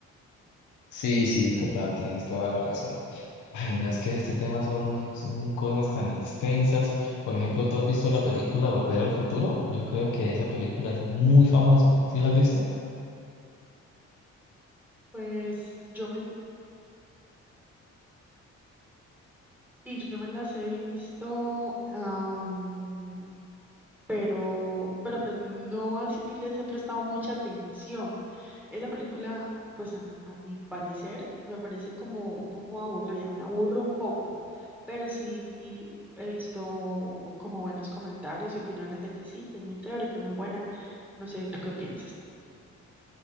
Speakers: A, on the left; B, in the centre.
A: Sí, sí, total, tienes toda la razón. Ay, no es que este tema son, son cosas tan extensas. Por ejemplo, ¿tú has visto la película Volver al Futuro? Yo creo que esa película es muy famosa. ¿Sí la has visto?
B: Pues yo me, y yo me las he visto, am, pero, pero pues no así les he prestado mucha atención. Esa película, pues a, a mi parecer, me parece como un poco aburrida, me aburre un poco. pero sí he visto como buenos comentarios y opiniones de que sí, que es muy chévere, que es muy buena. No sé, ¿tú qué piensas?